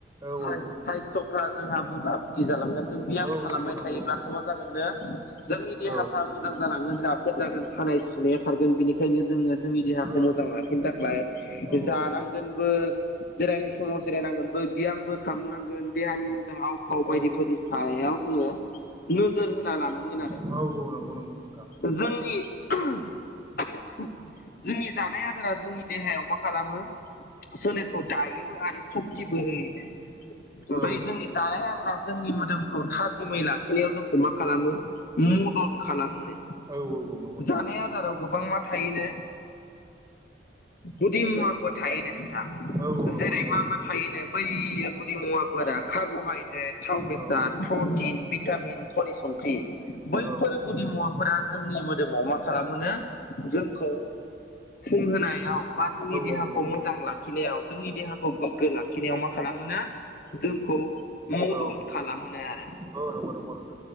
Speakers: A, on the right; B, on the left.
A: औ
B: साइस
A: औ
B: साइसथ' फ्रा जोंहा बुगा बुगि जालांगोन जों ब्याम
A: औ
B: खालामबाय
A: नंगौ नंगौ।
B: <unintelligible> जागोननो जोंनि देहाफ्रा
A: औ
B: मोजां जालांगोन राफोद जागोन सानाय सुनाया खारगोन बेनिखायनो जोङो जोंनि देहाखौ
A: औ
B: मोजां लाखिनो थाखाय
A: औ
B: जानांगोनबो
A: औ
B: जिरायनाय समाव जिरायनांगोनबो बियामबो खामनांगोन देहानि मोजां आव फाव
A: औ
B: बायदिफोरनि सायाव जोङो। नोजोर होना लानांगोन आरो।
A: औ नंगौ नंगौ नोंथां।
B: जोंनि जोंनि जानाय आदारा जोंनि देहायाव मा खालामो? सोलेरखौ दायोबो आरो सक्तिबो होयोनो। ओमफ्राय
A: औ
B: जोंनि जानाय आदारा जोंनि मोदोमखौ थाजिमै लाखिनायाव जों मा खालामो मदद खालामोनो
A: औ औ नंगौ नोंथां
B: जानाय आ दाराव गोबां मा थायोनो गुदि मुवाफोर थायोनो नोंथां।
A: औ औ नंगौ
B: जेरै-मा
A: नंगौ नोंथां
B: मा थायोनो बैयो गुदि मुवाफोरा कार्ब'हाइद्रे ड थाव बेसाद
A: औ
B: प्रटिन भिटामिन खनि संख्रि बैफोर
A: औ
B: गुदि मुवाफोरा जोंनि मोदोमाव मा खालामोनो जोंखौ फुं होनायाव बा जोंनि देहाखौ
A: औ नंगौ नंगौ
B: मोजां लाखि खिनायाव जोंनि देहाखौ गोग्गो लाखिनायाव मा खालामोनो जोंखौ मदद
A: औ
B: खालामोनो आरो।
A: औ नंगौ नंगौ नोंथां